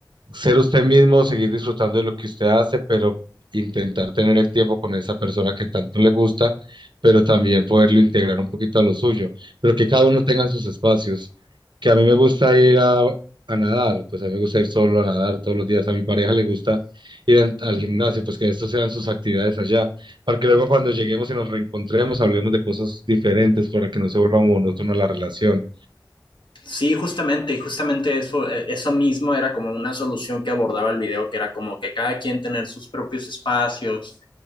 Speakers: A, on the right; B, on the left.
A: ser usted mismo, seguir disfrutando de lo que usted hace, pero intentar tener el tiempo con esa persona que tanto le gusta, pero también poderlo integrar un poquito a lo suyo, pero que cada uno tenga sus espacios. Que a mí me gusta ir a, a nadar, pues a mí me gusta ir solo a nadar todos los días, a mi pareja le gusta ir al, al gimnasio, pues que estos sean sus actividades allá, para que luego cuando lleguemos y nos reencontremos hablemos de cosas diferentes para que no se vuelva monótona la relación.
B: sí, justamente, justamente eso, eh, eso mismo era como una solución que abordaba el video, que era como que cada quien tener sus propios espacios,